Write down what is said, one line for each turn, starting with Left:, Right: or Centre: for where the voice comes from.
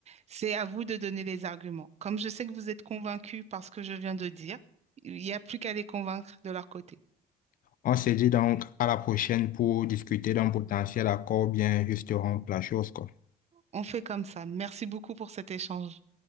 Right: c'est à vous de donner les arguments. Comme je sais que vous êtes convaincus par ce que je viens de dire, il n'y a plus qu'à les convaincre de leur côté.
Left: On se dit donc à la prochaine pour discuter d'un potentiel accord, bien juste rompre la chose, quoi.
Right: On fait comme ça. Merci beaucoup pour cet échange.